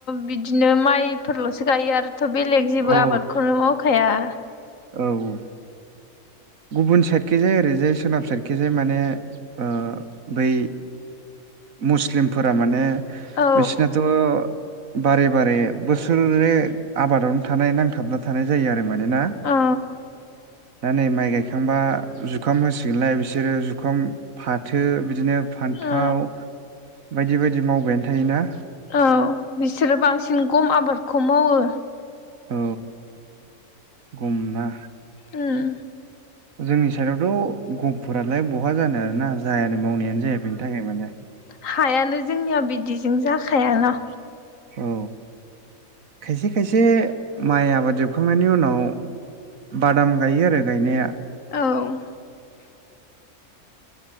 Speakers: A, on the left (about 60°); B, on the right (about 65°).
A: बिदिनो माइफोरल'सो गायो आरोथ' बेलेग जेबो
B: औ
A: आबादखौनो मावखाया।
B: औ गुबुन साइडखे जाय ओरैजाय सोनाब साइडखे जाय माने ओ बै मुस्लिमफोरा माने
A: औ
B: बिसिनाथ' बारे बारे बोसोरै आबादावनो थानाय नांथाबना थानाय जायो आरो। मोनोना
A: औ
B: दा नै माइ गायखांबा जुखाम होसिगोनलाय बिसोरो जुखाम फाथो बिदिनो फान्थाव
A: औ
B: बायदि बायदि मावबायानो थायोना?
A: औ बिसोरो बांसिन गम आबादखौ मावो।
B: औ। गुमना
A: उम
B: जोंनि साइडआवथ' गभफोरालाय बहा जानाय आरोना जायानो मावनायानो जाया बेनि थाखाय माने
A: हायानो जोंनिया बिदिजों जाखायाना
B: औ खायसे खायसे माइ आबाद जोबखांनायनि उनाव बादाम गायो आरो गायनाया
A: औ।